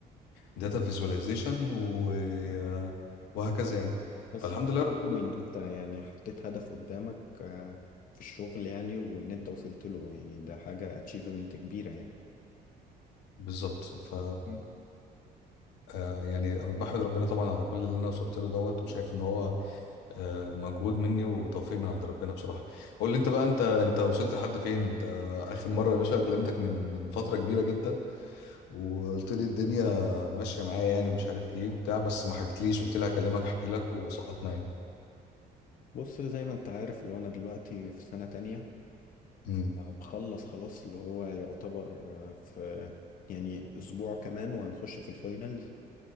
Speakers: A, on the left; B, on the left.
A: داتا فيزواليزيشن و... آه، وهكذا يعني
B: بس
A: فالحمد
B: حاجة
A: لله ربنا
B: حلوة أوي إن أنت يعني حطيت هدف قدامك آه، في الشغل يعني وإن أنت وصلت له يعني ده حاجة أتشيفمنت كبيرة يعني
A: بالظبط ف
B: مم.
A: آه، يعني أنا بحمد ربنا طبعا على كل اللي انا وصلت له دوت وشايف ان هو آه، مجهود مني وتوفيق من عند ربنا بصراحة قول لي انت بقى انت انت وصلت لحد فين انت اخر مرة يا باشا كلمتك من من فترة كبيرة جدا وقلت لي الدنيا ماشية معايا يعني ومش عارف ايه وبتاع بس ما حكيتليش قلت لي هكلمك احكي لك وسقطنا يعني
B: بص زي ما أنت عارف اللي هو أنا دلوقتي في سنة تانية
A: مم.
B: آه، بخلص خلاص اللي هو يعتبر آه، في يعني أسبوع كمان وهنخش في الفاينلز